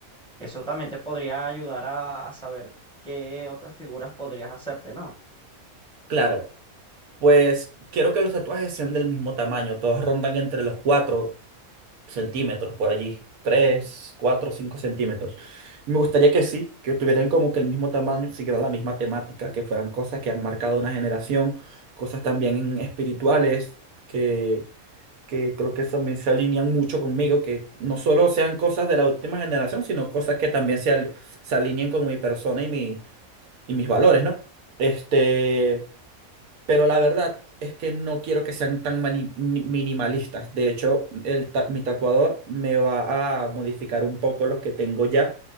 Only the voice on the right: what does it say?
Claro. Pues quiero que los tatuajes sean del mismo tamaño, todos rondan entre los cuatro centímetros por allí, 3, 4, 5 centímetros. Me gustaría que sí, que tuvieran como que el mismo tamaño, siguieran la misma temática, que fueran cosas que han marcado una generación, cosas también espirituales, que, que creo que también se alinean mucho conmigo, que no solo sean cosas de la última generación, sino cosas que también se, ali- se alineen con mi persona y, mi, y mis valores, ¿no? Este... Pero la verdad es que no quiero que sean tan mani- mi- minimalistas. De hecho, el ta- mi tatuador me va a modificar un poco los que tengo ya